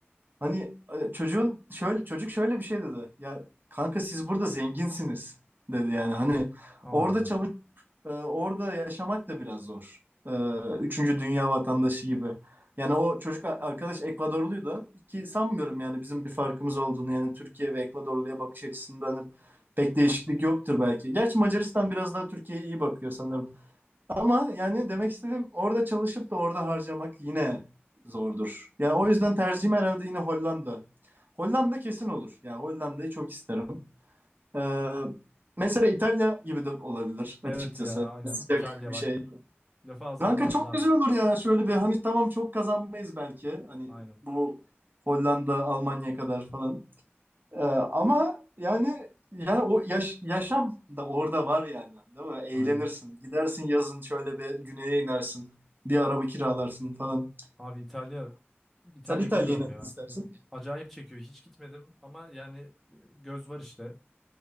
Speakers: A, on the right (about 50°); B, in the centre.
A: hani e, çocuğun şöyle çocuk şöyle bir şey dedi. Ya kanka siz burada zenginsiniz dedi yani hani
B: Allah
A: orada
B: Allah.
A: çalış ee, orada yaşamak da biraz zor. Ee, üçüncü dünya vatandaşı gibi. Yani o çocuk a- arkadaş Ekvadorluydu ki sanmıyorum yani bizim bir farkımız olduğunu yani Türkiye ve Ekvadorlu'ya bakış açısından hani pek değişiklik yoktur belki. Gerçi Macaristan biraz daha Türkiye'ye iyi bakıyor sanırım. Ama yani demek istediğim orada çalışıp da orada harcamak yine zordur. Yani o yüzden tercihim herhalde yine Hollanda. Hollanda kesin olur. Yani Hollanda'yı çok isterim. Ee, mesela İtalya gibi de olabilir
B: Evet
A: açıkçası.
B: ya aynen
A: Sıcak
B: İtalya
A: bir
B: bak
A: şey.
B: lafı ağzından
A: Kanka
B: aldın
A: çok
B: abi.
A: güzel olur ya. Şöyle bir hani tamam çok kazanmayız belki. Hani
B: Aynen
A: bu Hollanda, Almanya kadar falan. Ee, ama yani yani o yaş- yaşam da orada var yani. Değil mi? Eğlenirsin.
B: aynen.
A: Gidersin yazın şöyle bir güneye inersin. Bir araba kiralarsın falan.
B: Abi İtalya İtalya
A: Sen İtalya'yı
B: bilmiyorum
A: nereden
B: ya.
A: istersin?
B: Acayip çekiyor. Hiç gitmedim ama yani e, göz var işte.